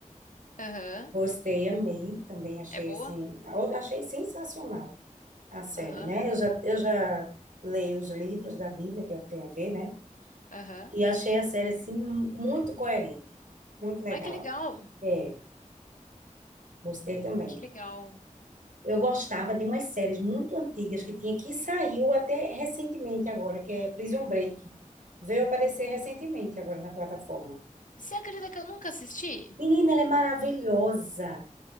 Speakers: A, on the left; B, on the right.
A: Aham.
B: Gostei, amei também, achei
A: É boa?
B: assim. eu Achei sensacional a série,
A: Aham,
B: né? Eu já, eu já leio os livros da Bíblia, que é o que tem a ver, né?
A: aham.
B: E achei a série, assim, mu- muito coerente, muito legal.
A: Ai, que legal,
B: É, gostei também.
A: que legal.
B: Eu gostava de umas séries muito antigas que tinha, que saiu até recentemente agora, que é Prison Break. Veio aparecer recentemente agora na plataforma.
A: Você acredita que eu nunca assisti?
B: Menina, ela é maravilhosa,